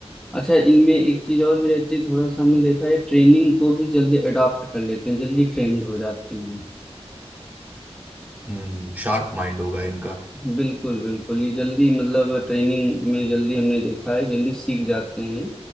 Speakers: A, in the centre; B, on the right.
A: अच्छा इनमें एक चीज और भी रहती है थोड़ा सा हमने देखा है ट्रेनिंग को भी जल्दी अडॉप्ट कर लेते हैं जल्दी ट्रेंड हो जाते हैं
B: हम्म शार्प माइंड होगा इनका
A: बिल्कुल बिल्कुल ये जल्दी मतलब ट्रेनिंग में जल्दी हमने देखा है जल्दी सीख जाते हैं